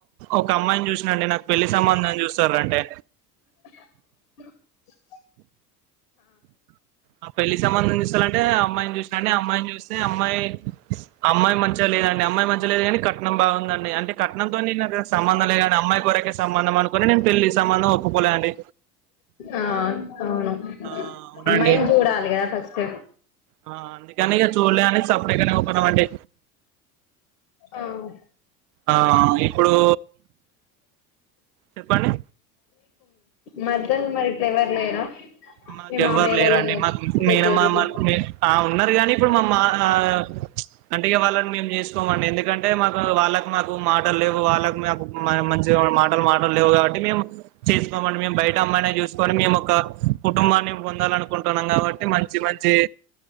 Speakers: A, on the right; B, on the left.
A: ఒక అమ్మాయిని చూసినా అండి నాకు పెళ్లి సంబందం చూస్తారు అంటే
B: అ
A: ఆ పెళ్లి సంబంధం చూసాలంటే అమ్మాయిని చూసినట్టే, అమ్మాయిని చూస్తే అమ్ మై అమ్మాయి మంచిగా లేదం మీ అమ్మాయి మంచిలేదు గని కట్నం బా అండి అంటే కట్నంతో నేను సంబంధం లేదుగనీ అమ్మాయి కొరకే సంబంధం అనుకొని నేను పెళ్ళి సంబంధం ఒప్పుకోలేదండి.
B: ఆ అవును
A: ఆ అవునండి
B: అమ్మాయిని చూడాలి కదా ఫస్ట్
A: ఆ అందుకని ఇగ చూల్లే అని సప్పుడేకనె పోదా మండి
B: ఆవ్
A: ఆ ఇప్పుడూ చెప్పండి
B: మధ్యల మరిప్పుడెవర్ లేరా
A: మాకెవ్వరు
B: మీ మామయ్య
A: లేరండి
B: వాళ్ళ
A: మాకు
B: కూతురు
A: మేన మామలు ఆ ఉన్నారు గాని ఇప్పుడు మమా ఆ ప్చ్ అంటే ఇగ వాళ్ళని మేమ్ చేసుకోమండి ఎందుకంటే, మాకు వాళ్ళకి మాకు మాటల్లేవు వాళ్ళకు మాకు మంచిగా మాటలు మాటలు లేవు కాబట్టి, మేము చేసుకోమండి మేము బయ అమ్మనే చూసుకొని మేమొక కుటుంబాన్ని బొందాలనుకుంట్ ఇస్తానం కాబట్టి మంచి మంచి